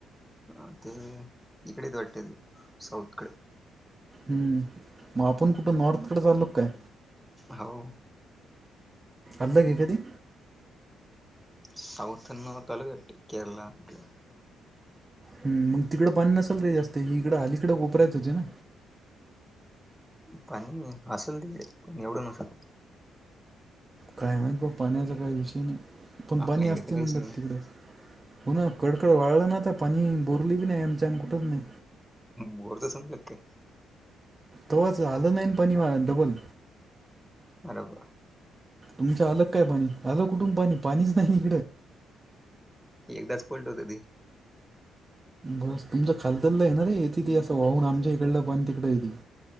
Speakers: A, in the centre; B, on the right.
A: अ ते इकडेच वाटते ते साऊथकडे
B: हम्म मग आपण कुठं नॉर्थकडे चालो काय?
A: हो.
B: अल्लं की कधी.
A: सौथन नॉर्काल कटे केरळ अटलं.
B: हम मग तिकडं पाणी नसाल रे जास्त हि इकडे हालीकडडे कोपरायच होते ना.
A: पण असेल तिकडे पण एवढं नसाल.
B: काय माहित प पाण्याचा काही विषय नाही पण
A: आपल्याकडे
B: पाणी असते
A: तर काहीच
B: म्हणतात
A: नाही
B: तिकडेच हो ना कडकड वाळलं ना आ पाणी बोरली बी नाही आमच्या आणि कुठंच नाही.
A: बोरचा संमल का.
B: तवच आलं नाही पण डबल.
A: बरोबर.
B: तुमच्या अलग काय पाणी आलं कुठून पाणी पाणीच नाही इकडत
A: एकदाच पलट होते ती
B: बस तुमचं खालदला आहेणार रे ये ति असं वाहून आमच्या इकडलं पण तिकड येते.